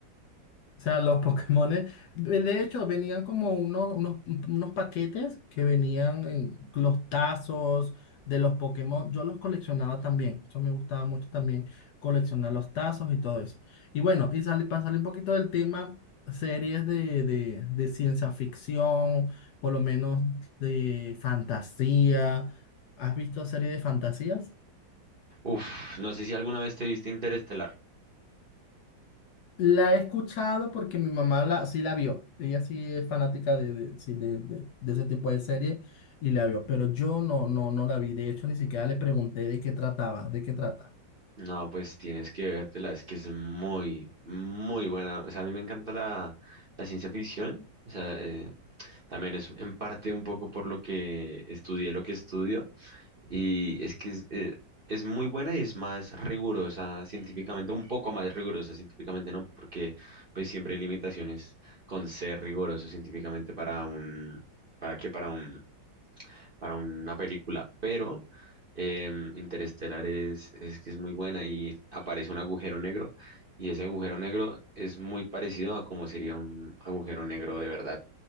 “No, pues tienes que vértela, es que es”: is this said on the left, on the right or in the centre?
Right